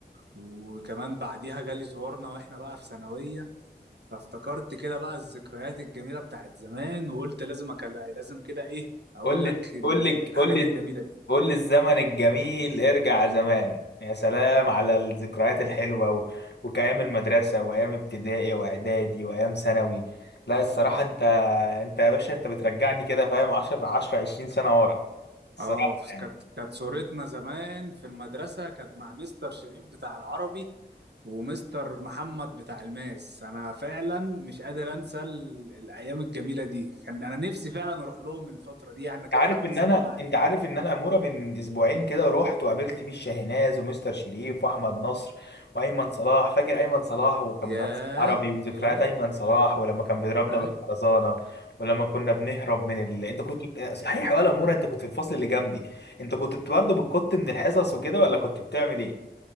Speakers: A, on the right; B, on the left.
A: وكمان بعديها جالي صورنا واحنا بقى في ثانوية فافتكرت كده بقى الذكريات الجميلة بتاعت زمان وقلت لازم اكلم لازم كده ايه اقول
B: قول لي
A: لك ال-
B: قول لي
A: الحاجات
B: قول لي
A: الجميلة دي
B: قول لي الزمن الجميل ارجع زمان يا سلام على الذكريات الحلوة و... وكأيام المدرسة وأيام ابتدائي وإعدادي وأيام ثانوي لا الصراحة انت انت يا باشا انت بترجعني كده فاهم 10 10 20 سنة ورا الصراحة
A: اه ف-
B: يعني.
A: كانت كانت صورتنا زمان في المدرسة كانت مع مستر شريف بتاع العربي ومستر محمد بتاع الماس انا فعلا مش قادر انسى ال- الايام الجميلة دي كان انا نفسي فعلا اروح لهم الفترة دي يعني كده
B: عارف
A: حتى
B: ان
A: اسلم
B: انا
A: عليهم
B: انت عارف ان انا اموره من اسبوعين كده رحت وقابلت ميشا هناز ومستر شريف واحمد نصر وايمن صلاح فاكر ايمن صلاح وكان
A: ياه
B: مدرس عربي وذكريات
A: ياه
B: ايمن صلاح ولما كان بيضربنا
A: أيوه.
B: بالخرزانه ولما كنا بنهرب من ال... انت كنت صحيح يا ولا اموره انت كنت في الفصل اللي جنبي انت كنت برضه بتكت من الحصص وكده ولا كنت بتعمل ايه